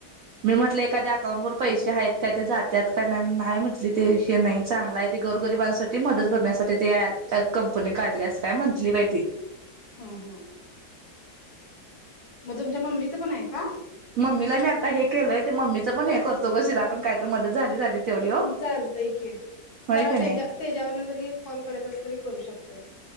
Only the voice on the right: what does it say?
मी म्हटलं एखाद्या अकाउंटवर पैसे हाइत का ते जात्यात का ना न्हाय म्हटली ते वि नइ चांगला हाय ते गोरगरिबांसाठी मदत करण्यासाटी ते कंपनी काढल्या अस काय मंथली बाय ती
मम्मीला मी आता हे केलोय ते मम्मीचं पण हे करतो उगच तिला काय तर मदत झाली झाली तेवढी ओ
होय
का नाही